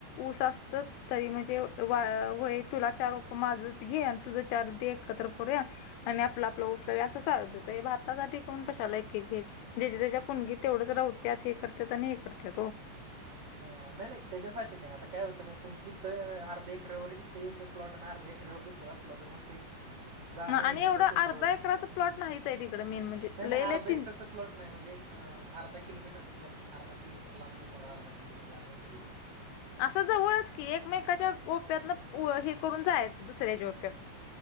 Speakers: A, on the left; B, on the right.
A: ऊस असत तरी म्हणजे वा वय तुला चार माझत घे आणि तुझं चार दे एकत्र करूया आणि आपलं आपलं ऊस लावूया असं चालत होत हे भातासाठी कोण कशाला एक एक घे ज्याच्या त्याच्या कुनगीत तेवढंच रोवत्यात हे करत्यात आणि हे करत्यात ओ.
B: ह नाही नाही त्याच्यासाठी नाही आता काय होतं मा तुमचं इथं अर्ध्या एकरावर इथ एक प्लॉट ना अर्धा एकरवर दुसरं असला तर मग ते जाण
A: ना.
B: येण्याचं
A: आणि एवढं
B: पेट्रोल
A: अर्धा एकराचा प्लॉट नाहीच आहे तिकडं मेन म्हणजे
B: नाही
A: लय
B: नाही
A: लय
B: अर्धा
A: तीन
B: एकराचा प्लॉट नाही म्हणजे अ अर्धा किलोमीटर सॉरी अर्धा किलोमीटर लांब दुसरा अर्धा कीलोमीटर ला आण इकडे एक.
A: असं जवळच की एकमेकाच्या ओप्यात न हे करून जायचं दुसऱ्याच्या ओप्यात.